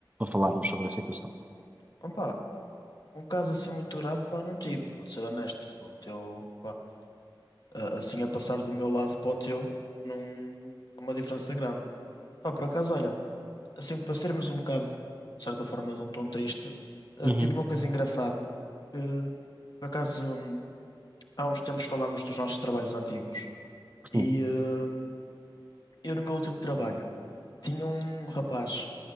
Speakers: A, on the right; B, on the left.
A: falarmos sobre a situação.
B: Ah, pá, um caso assim muito grave, pá, não tive, vou ser honesto, o teu, pá, eh, assim a passar do meu lado para o teu, não, há uma diferença grande. Pá, por acaso, olha. assim, para sermos um bocado, de certa forma, de um tom triste, eh,
A: Uhum.
B: tive uma coisa engraçada, que, por acaso, hum, há uns tempos falámos dos nossos trabalhos antigos, e
A: Sim,
B: eh, eu no meu último trabalho tinha um rapaz,